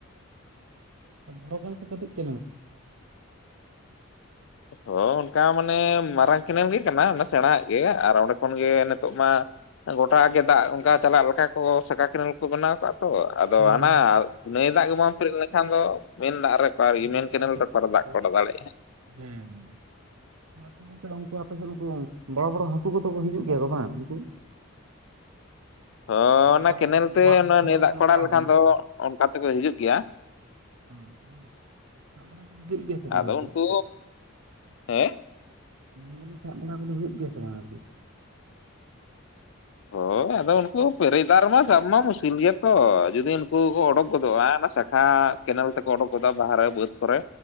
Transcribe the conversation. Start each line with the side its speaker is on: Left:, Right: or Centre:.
Right: ᱜᱚᱲᱚᱛᱮ ᱠᱟᱹᱴᱤᱡ ᱛᱮ <unintelligible>
Left: ᱦᱳᱭ ᱚᱱᱠᱟ ᱢᱟᱱᱮ ᱢᱟᱨᱟᱝ ᱠᱮᱱᱮᱞ ᱜᱮ ᱠᱟᱱᱟ ᱥᱮᱬᱟ ᱟᱜ ᱜᱮ ᱟᱨ ᱚᱸᱰᱮ ᱠᱷᱚᱱᱜᱮ ᱱᱤᱛᱚᱜ ᱢᱟ ᱜᱚᱴᱟ ᱜᱮ ᱫᱟᱜ ᱚᱱᱠᱟ ᱪᱟᱞᱟᱜ ᱞᱮᱠᱟ ᱠᱚ ᱥᱟᱠᱟ ᱠᱮᱱᱮᱞ ᱠᱚ ᱵᱮᱱᱟᱣ ᱠᱟᱜ ᱛᱚ ᱟᱫᱚ
Right: ᱚᱱᱮ
Left: ᱦᱟᱱᱟ
Right: ᱚᱱᱠᱟ
Left: ᱱᱟᱹᱭ ᱫᱟᱜ ᱜᱮ ᱵᱟᱢ ᱯᱮᱨᱮᱫ ᱞᱮᱱᱠᱷᱟᱱ ᱫᱚ ᱢᱮᱱ ᱫᱟᱜ ᱨᱮ <unintelligible>
Right: ᱟᱫᱚ ᱚᱠᱟ
Left: ᱠᱮᱱᱮᱞ
Right: ᱨᱮᱫᱚ
Left: ᱨᱮ
Right: ᱵᱚᱲᱚ
Left: <inaudible>
Right: ᱦᱮᱸ ᱟᱪᱪᱷᱟ ᱜᱚᱝᱠᱮ ᱩᱱᱠᱩ ᱟᱯᱮ ᱥᱮᱫ ᱩᱱᱠᱩ ᱵᱚᱲᱚ ᱵᱚᱲᱚ ᱦᱟᱹᱠᱩ ᱠᱚᱫᱚ ᱠᱚ ᱦᱤᱡᱩᱜ ᱜᱮᱭᱟ ᱠᱚ ᱵᱟᱝ ᱩᱱᱠᱩ
Left: <inaudible> ᱦᱚ ᱚᱱᱟ
Right: ᱵᱚᱣᱟᱲ
Left: ᱠᱮᱱᱮᱞ
Right: ᱵᱚᱣᱟᱲ
Left: ᱛᱮ
Right: ᱦᱟᱹᱠᱩ
Left: ᱱᱟᱹᱭ
Right: ᱡᱟᱦᱟᱸ ᱠᱚᱠᱚ
Left: ᱫᱟᱜ
Right: ᱢᱮᱛᱟ
Left: ᱠᱚ ᱟᱲᱟᱜ ᱞᱮᱠᱷᱟᱱ
Right: ᱠᱟᱱᱟ
Left: ᱫᱚ ᱚᱱᱠᱟ ᱛᱮᱠᱚ ᱦᱤᱡᱩᱜ ᱜᱮᱭᱟ
Right: ᱦᱮᱸ <unintelligible> ᱦᱳᱭᱳᱜ ᱜᱮᱭᱟ ᱥᱮ ᱵᱟᱝ
Left: ᱟᱫᱚ
Right: ᱟᱨᱠᱤ
Left: ᱩᱱᱠᱩ ᱦᱮᱸ
Right: ᱢᱮᱱ ᱛᱟᱞᱤᱧ ᱥᱟᱵ ᱵᱟᱲᱟ ᱠᱚᱫᱚ ᱦᱩᱭᱩᱜ ᱜᱮᱭᱟ ᱥᱮ ᱵᱟᱝ ᱟᱨᱠᱤ
Left: ᱦᱳᱭ ᱟᱫᱚ ᱱᱩᱠᱩ ᱯᱮᱨᱮᱡ ᱫᱟᱜ ᱨᱮ ᱢᱟ ᱥᱟᱵ ᱢᱟ ᱢᱩᱥᱠᱤᱞ ᱜᱮᱭᱟ ᱛᱚ, ᱡᱩᱫᱤ ᱱᱩᱠᱩ ᱠᱚ ᱚᱰᱚᱠ ᱠᱚᱫᱚ ᱟᱨ ᱚᱱᱟ ᱥᱟᱠᱷᱟ ᱠᱮᱱᱮᱞ ᱛᱮᱠᱚ ᱚᱰᱚᱠ ᱜᱚᱫᱚᱜ, ᱵᱟᱦᱨᱮ ᱵᱟᱹᱫᱽ ᱠᱚᱨᱮ